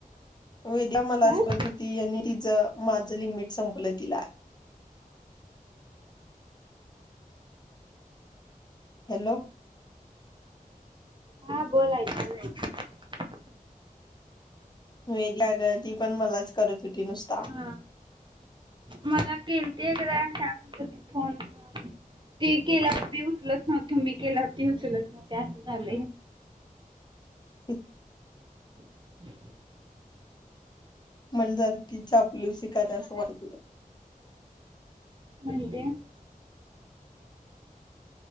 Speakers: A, on the left; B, on the right.
A: वेदीका मलाच
B: काय
A: करत होती. आणि तिचं माझं लिमिट संपलं, तिला. हॅलो.
B: हा, बोल आई काय चाललय?
A: वेड लागल. ती पण, मलाच करत होती नुसती.
B: हा, मला केलती एकदा, शांत होती फोन वर. ती केल्यावर मी उचलत नव्हती, मी केल्यावर ती उचलत नव्हती. असं झालंय!
A: एक.
B: हम्...
A: मला जरा, ती चापलूसि करणार आहे असं वाटलं.
B: म्हणजे?